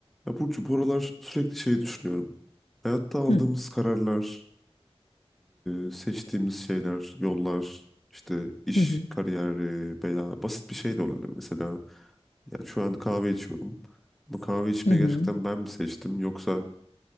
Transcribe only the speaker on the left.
Hı
hı hı
hı hı.